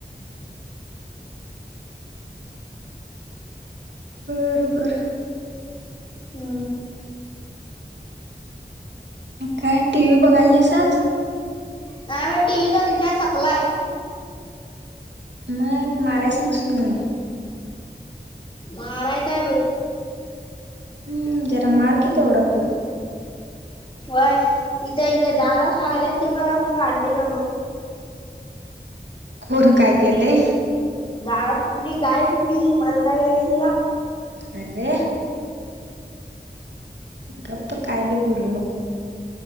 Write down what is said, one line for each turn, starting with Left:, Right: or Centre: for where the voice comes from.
Right: बरोबर
Left: हम
Right: काय टी व्ही बघायली नेसाज
Left: नाही टीव्ही चा रिचार्ज संपलाय
Right: मग मारायला सांगशील नी
Left: मारायचय बाई
Right: हम्म जरा मार कि ते एवढा तू
Left: वय इथे इथे दारात हवेलीतन मला कोण काढते का बघ.
Right: कोण काय केलंय
Left: दारात कुठली गाय कुठली मरगाय आली दिला
Right: अरे गप्प काय बी बोलू नको